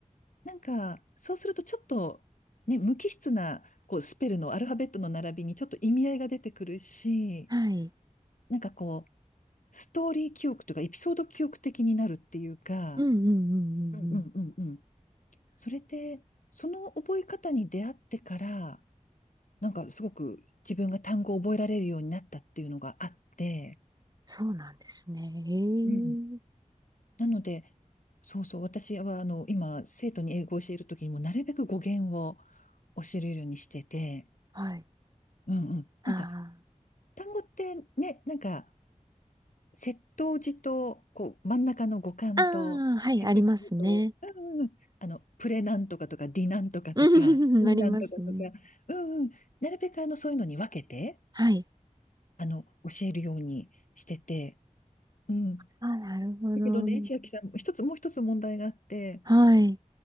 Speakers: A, on the left; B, on the right.
A: なんか、そうするとちょっと、ね、無機質な、こう、スペルのアルファベットの並びにちょっと意味合いが出てくるし、
B: はい。
A: なんかこう、ストーリー記憶というか、エピソード記憶的になるっていうか、
B: うんうんうんうんうん。
A: うんうんうんうん。それで、その覚え方に出会ってから、なんかすごく自分が単語を覚えられるようになったっていうのがあって、
B: そうなんですね。へ
A: うん。
B: え。
A: なので、そうそう、私はあの、今、生徒に英語を教えるときにも、なるべく語源を教えるようにしてて、
B: はい。
A: うんうん。
B: あ
A: なんか、単語ってね、なんか、接頭辞と、こう、真ん中の語幹と、
B: あ。ああ、はい、
A: 接続辞と、
B: ありますね。
A: うんうんうん、あの、プレなんとかとか、ディなんとかとか、
B: うん
A: うんなんとかとか、
B: <laughs> ありますね。
A: うんうん、なるべくあの、そういうのに分けて、
B: はい。
A: あの、教えるようにしてて、うん。
B: あ、なるほど。
A: だけどね、千秋さん、一つ、もう一つ問題があって、
B: はい。